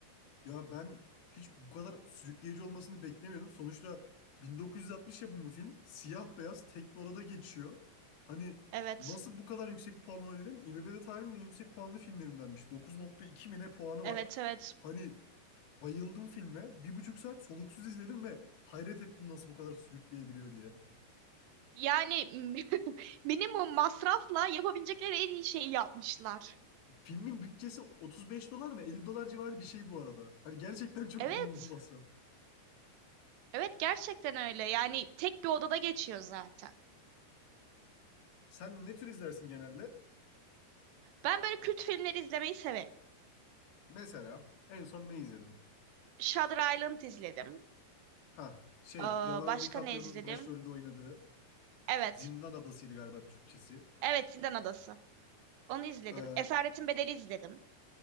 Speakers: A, on the left; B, on the right.
A: Ya ben hiç bu kadar sürükleyici olmasını beklemiyordum. Sonuçta 1960 yapımı film. Siyah beyaz tek bir odada geçiyor. Hani
B: Evet.
A: nasıl bu kadar yüksek bir puan alabilirim? IMDb'de tarihin en yüksek puanlı filmlerindenmiş. 9.2 mi ne puanı
B: Evet
A: var.
B: evet.
A: Hani bayıldım filme. Bir buçuk saat soluksuz izledim ve hayret ettim nasıl bu kadar sürükleyebiliyor diye.
B: Yani <laughs> minimum masrafla yapabilecekleri en iyi şeyi yapmışlar.
A: Filmin bütçesi 35 dolar mı 50 dolar civarı bir şey bu arada. Hani gerçekten çok
B: Evet.
A: minimum masraf.
B: Evet gerçekten öyle. Yani tek bir odada geçiyor zaten.
A: Sen ne tür izlersin genelde?
B: Ben böyle kült filmleri izlemeyi severim.
A: Mesela en son ne izledin?
B: Shutter Island izledim.
A: Ha şey
B: Ee,
A: Leonardo
B: başka
A: DiCaprio'nun
B: ne izledim?
A: başrolde oynadığı
B: Evet.
A: Zindan Adası'ydı galiba Türkçesi.
B: Evet Zindan Adası. Onu izledim.
A: Ee,
B: Esaretin Bedeli izledim.